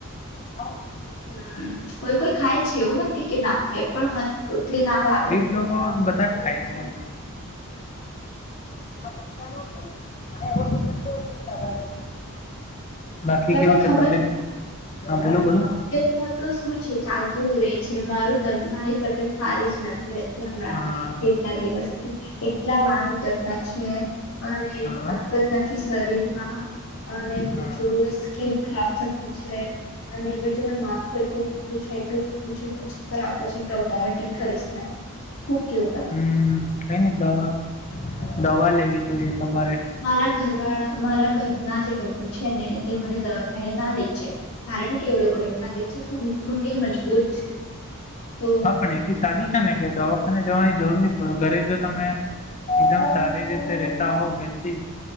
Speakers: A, on the left; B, on the left.
A: ુંું
B: હમ્મ, કોઈ કોઈ ખાય છે એવું નથી કે ના ખાય પણ મને એમ રોટલી ના ભાવે.
A: એલોકો, બધા જ ખાઈ લે એમ. ત ચિંતા ન થઈ અ બલ ચિંતા થજ બાકી
B: તમને
A: કેવું છે
B: ખબર
A: તબેત? હા બોલો બોલો.
B: હ તો શું છે ચાલતું જ રે છે મારું ત મારી તબેત હારી જ નથી રેહતી હમણાં.
A: હા
B: કેટલા દિવસથી. એટલા લાડ ઉતરતા છે અને
A: હા
B: તાકત નથી શરીરમાં અને બીજું
A: હા
B: સ્કીન ખરાબ થતી છે અને બીજું ન માથું એટલું દુખતું છે, એટલું દુખતું છે કે ચક્કર આવતા છે એટલા વોમિટિંગ થરી <unintelligible>
A: હમ્મ કઈ ની દવા, દવા લેવી જોઈએ તમારે.
B: મારા ઘર વાળા, મારા ઘરના જે લોકો છે ને તે મને દવાખાને ના લઈ જાય, કારણ કે એવડો લોકોને એવું લાગે છે હું ઘણી મજબૂત છું, તો
A: હા પણ એ બી સાચું છે ને કે દવાખાને જવાની જરૂર ની પડો, ઘરે જો તમે એકદમ સારી રીતે રેતા હોવ હેલ્ધી,